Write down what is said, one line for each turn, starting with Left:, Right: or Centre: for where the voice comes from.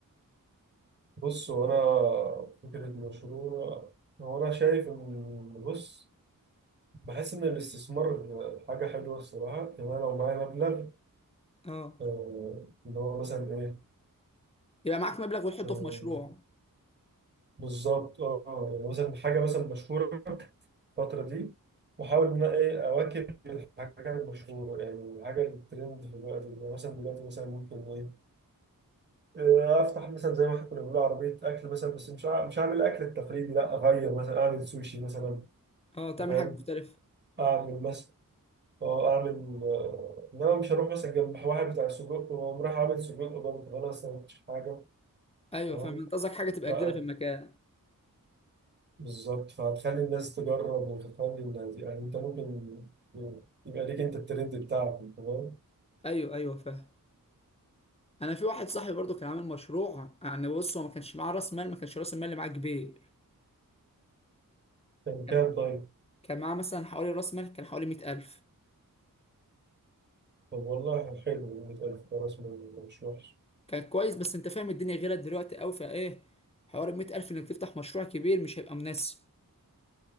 Right: بص وأنا فكرة المشروع هو أنا شايف إن بص بحس إن الاستثمار حاجة حلوة الصراحة إن أنا لو معايا مبلغ
Left: اه
Right: آه، اللي هو مثلا إيه
Left: يبقى معاك مبلغ وتحطه
Right: آه،
Left: في مشروع
Right: بالظبط أه يعني مثلا حاجة مثلا مشهورة الفترة دي وأحاول إن أنا إيه أواكب الحاجة المشهورة يعني الحاجة الترند في الوقت ده يعني مثلا دلوقتي مثلا ممكن إيه آه، افتح مثلا زي ما احنا كنا بنقول عربيه اكل مثلا بس مش ع- مش هعمل الاكل التقليدي لا اغير مثلا اعمل سوشي مثلا
Left: اه تعمل
Right: أنت فاهم
Left: حاجه مختلفه
Right: اعمل مثلا اه اعمل آه، انما مش هروح مثلا جنب واحد بتاع سجق واقوم رايح اعمل سجق برضه فانا اصلا ما كنتش حاجه
Left: ايوه
Right: تمام
Left: فاهم انت قصدك حاجه تبقى
Right: لا
Left: جديده في المكان
Right: بالظبط فهتخلي الناس تجرب وتخلي الناس يعني انت ممكن يبقى ليك انت الترند بتاعك تمام
Left: ايوه ايوه فاهم انا في واحد صاحبي برضو كان عامل مشروع يعني بص هو ما كانش معاه راس مال ما كانش راس المال اللي معاه كبير
Right: كان
Left: كان
Right: كام طيب
Left: كان معاه مثلا حوالي راس مال كان حوالي 100000
Right: طب والله حلو 100000 خلاص ما- مش وحش
Left: كان كويس بس انت فاهم الدنيا غيرت دلوقتي قوي فايه حوار ال 100000 انك تفتح مشروع كبير مش هيبقى مناسب